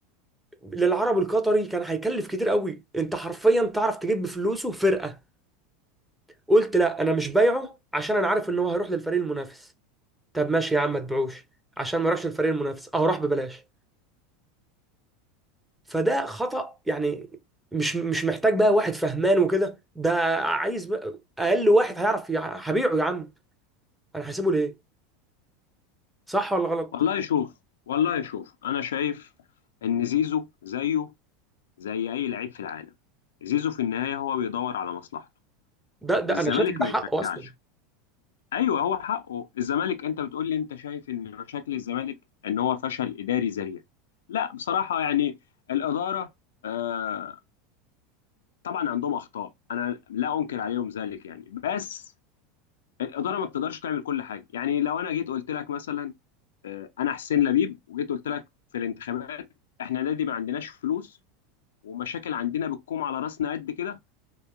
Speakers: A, in the centre; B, on the left.
A: للعرب القطري كان هيكلف كتير قوي انت حرفيا تعرف تجيب بفلوسه فرقة قلت لا انا مش بايعه عشان انا عارف ان هو هيروح للفريق المنافس طب ماشي يا عم ما تبيعوش عشان ما يروحش للفريق المنافس اه راح ببلاش فده خطأ يعني مش مش محتاج بقى واحد فهمان وكده ده عايز بقى اقل واحد هيعرف يع- هبيعه يا عم انا هسيبه ليه صح ولا غلط
B: والله شوف والله شوف انا شايف ان زيزو زيه زي اي لعيب في العالم زيزو في النهايه هو بيدور على مصلحته
A: ده ده
B: والزمالك
A: انا شايف إن ده
B: ما
A: حقه اصلا
B: يشجعش ايوه هو حقه الزمالك انت بتقول لي انت شايف ان مشاكل الزمالك ان هو فشل اداري ذريع لا بصراحه يعني الاداره آه طبعا عندهم اخطاء انا لا انكر عليهم ذلك يعني بس الاداره ما بتقدرش تعمل كل حاجه يعني لو انا جيت قلت لك مثلا آه، انا حسين لبيب وجيت قلت لك في الانتخابات احنا نادي ما عندناش فلوس ومشاكل عندنا بتكوم على راسنا قد كده